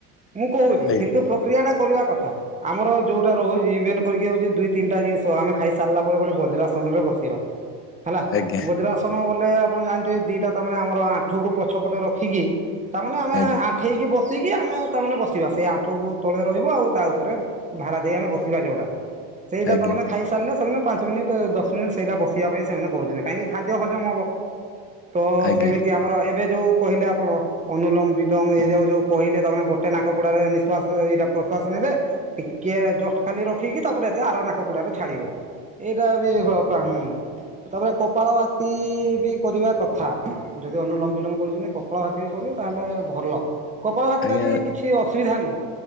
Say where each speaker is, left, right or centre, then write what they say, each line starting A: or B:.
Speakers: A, on the right (about 15°); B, on the left (about 30°).
A: ମୁଁ କହୁଛି
B: ଆଜ୍ଞା।
A: କିନ୍ତୁ ପ୍ରକ୍ରିୟା ଟା କରିବା କଥା ଆମର ଯୋଉଟା ରହୁଛି ମେନ କରିକି ହଉଛି ଦୁଇ ତିନିଟା ଜିନିଷ ଆମେ ଖାଇ ସାରିଲା ପରେ ଗୋଟେ ବଜ୍ରାସନରେ ବସିବା। ହେଲା
B: ଆଜ୍ଞା
A: ବଜ୍ରାସନ ବୋଲେ ଆପଣ ଜାଣିଥିବେ ଦିଟା ତ ମାନେ ଆମର ଆଣ୍ଠୁକୁ ପଛପଟେ ରଖିକି ତା ମାନେ ଆମେ
B: ଆଜ୍ଞା
A: ଆଣ୍ଠେଇକି ବସିକି। ଆମେ ତାମାନେ ବସିବା ସେଇ ଆଣ୍ଠୁ ତଳେ ରହିବ ଆଉ ତା ଉପରେ ଭାରା ଦେଇ ଆମେ ବସିବା ଯୋଉଟା। ସେଇଟା
B: ଆଜ୍ଞା
A: ତମାନେ ଖାଇସାରିଲେ ସେମାନେ ପାଞ୍ଚ ମିନିଟ୍ ଦଶ ମିନିଟ ସେଇଟା ବସିବା ପାଇଁ ସେମାନେ କହୁଛନ୍ତି କାହିଁକି ଖାଦ୍ୟ ହଜମ ହବ। ତ
B: ଆଜ୍ଞା
A: ସେମିତି ଆମର ଏବେ ଯୋଉ କହିଲେ ଆପଣ ଅନୁଲୋଙ୍ଗ ବିଲୋଙ୍ଗ ଏଇ ଯାଉ ଯୋଉ କହିଲେ ତମାନେ ଗୋଟେ ନାକ ପୋଡାରେ ନିଃଶ୍ୱାସ ଏଇଟା ପ୍ରଶ୍ୱାସ ନେବେ ଟିକିଏ ଜଷ୍ଟ ଖାଲି ରଖିକି ତାପରେତି ଆର ନାକପୋଡ଼ାରେ ଛାଡ଼ିବେ ଏଇଟା ବି ହଁ ପା ହୁଁ। ତାପରେ କପାଳ ଭାତି ବି କରିବା କଥା ଆପଣ ଯଦି ଅନୁଲମ୍ ବିଲମ କରୁଥିଲେ କପାଳ ଭାତି କରିବ ତାହେଲେ ଭଲ କପାଳ ଭାତି
B: ଆଜ୍ଞା।
A: ଟା ବି କିଛି ଅସୁବିଧା ନୁହଁ।